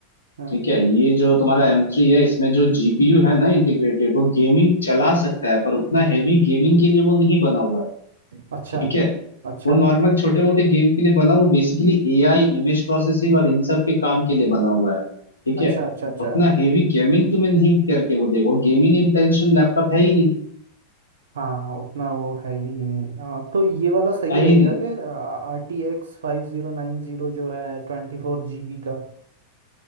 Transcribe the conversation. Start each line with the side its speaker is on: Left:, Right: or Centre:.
Right: हाँ
Left: ठीक है ये जो तुम्हारा एम थ्री है इसमें जो जीपीयू है ना इंटीग्रेटेड वो गेमिंग चला सकता है पर उतना हैवी गेमिंग के लिए वो नहीं बना हुआ है
Right: अच्छा
Left: ठीक है
Right: अच्छा
Left: वो नॉर्मल छोटे मोटे गेम के लिए बना वो बेसिकली एआई इमेज प्रोसेसिंग और इन सब के काम के लिए बना हुआ है ठीक है
Right: अच्छा अच्छा अच्छा
Left: उतना हेवी गेमिंग तुम्हें नहीं करके वो देगा गेमिंग इंटेंशन लैपटॉप है ही नहीं
Right: हाँ उतना वो है ही नहीं आ, तो ये वाला सही
Left: है
Right: रहेगा
Left: ही नहीं
Right: क्या आर टी एक्स फाइव जीरो नाइन जीरो जो है ट्वेंटी फोर जी बी का